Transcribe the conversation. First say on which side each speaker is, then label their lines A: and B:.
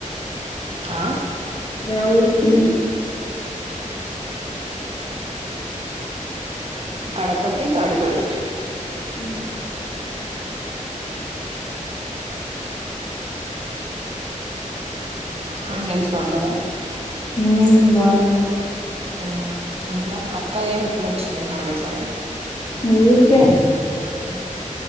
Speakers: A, on the right (about 45°); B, on the left (about 30°).
A: ఆ
B: ఏ ఊరికి
A: కడపకి తాడిపత్రి
B: ఉ
A: మీ ఫ్రెండ్స్ బాగున్నారు
B: ఉమ్ బాగున్నారు
A: ఉమ్ ఇంట్ల అక్క ఏమి ఇప్పుడు వచ్చింది హాలిడేసా
B: ఊర్కే
A: ఉ